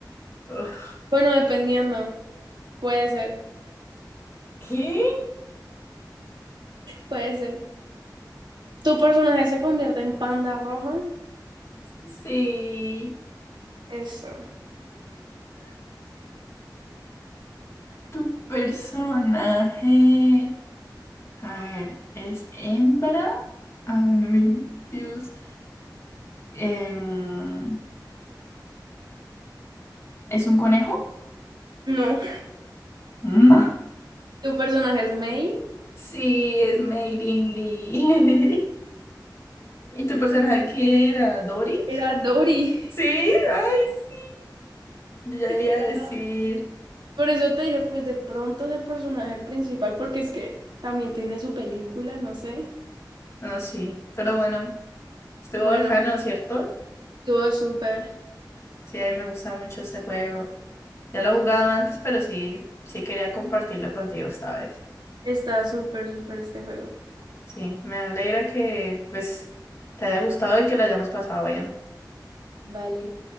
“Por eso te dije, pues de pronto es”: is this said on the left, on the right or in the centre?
Right